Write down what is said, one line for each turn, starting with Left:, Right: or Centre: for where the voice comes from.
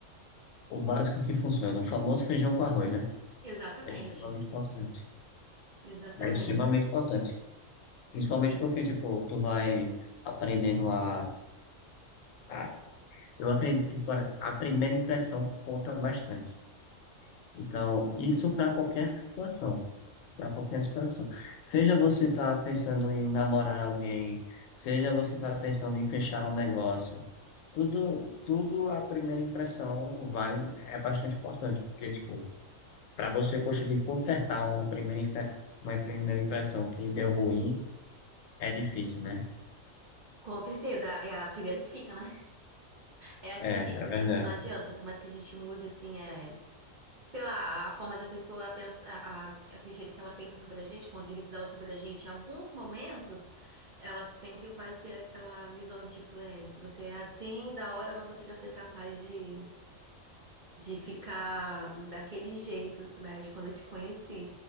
Left: O básico que funciona, o famoso feijão com arroz, né?
Right: Exatamente.
Left: É extremamente importante.
Right: Exatamente.
Left: É extremamente importante. Principalmente
Right: E
Left: porque, tipo, tu vai aprendendo a... a- eu acredito que para a primeira impressão conta bastante. Então, isso para qualquer situação. Para qualquer situação. Seja você tá pensando em namorar alguém, seja você tá pensando em fechar um negócio. Tudo, tudo a primeira impressão vale, é bastante importante. Porque, tipo, Para você conseguir consertar uma primeira, infe- uma primeira impressão que deu ruim, é difícil, né?
Right: Com certeza, é a primeira que fica, né? É a
Left: É,
Right: que fica
Left: é
Right: sempre,
Left: verdade.
Right: não adianta, por mais que a gente mude, assim, é, sei lá, a forma da pessoa pensa, a, a- aquele jeito que ela pensa sobre a gente, o ponto de vista dela sobre a gente, em alguns momentos, ela sempre vai ter aquela visão de, tipo, é, você é assim, da hora, mas você já foi capaz de de ficar daquele jeito, né, de quando eu te conheci.